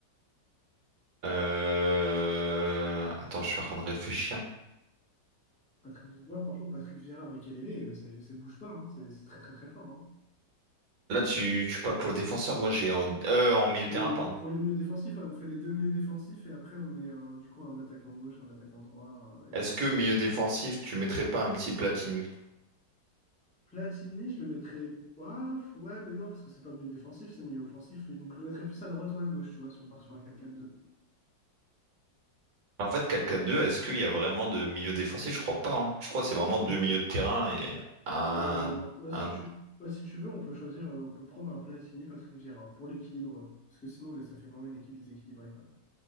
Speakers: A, on the right; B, in the centre.
A: Euh... Attends, je suis en train de réfléchir.
B: Patrick, moi, franchement, Patrick Vieira, Makelele, euh, c'est c'est bouge pas. hein. C'est c'est très, très, très fort. hein.
A: Là, tu, tu parles pour le défenseur. Moi, j'ai en... euh, en milieu
B: Pour
A: de terrain,
B: les,
A: pardon.
B: pour les milieux défensifs, ouais, on fait les deux milieux défensifs et après, on met euh, du coup un attaquant gauche, un attaquant droit euh, et deux
A: Est-ce
B: buteurs.
A: que milieu défensif, tu mettrais pas un petit Platini?
B: Platini, je le mettrais. Ouah, ouais, mais non, parce que c'est pas milieu défensif, c'est milieu offensif, lui. Donc je le mettrais plus à droite ou à gauche, tu vois, si on part sur un quatre quatre deux
A: En fait, quatre quatre deux. est-ce qu'il y a vraiment de milieu défensif? Je crois pas. hein. Je crois que c'est vraiment deux milieux de terrain et un...
B: Oh, ouais,
A: un...
B: si tu... ouais, si tu veux, on peut choisir, euh, on peut prendre un Platini, Patrick Vieira, pour l'équilibre. Parce que sinon, là, ça fait vraiment une équipe déséquilibrée, quoi.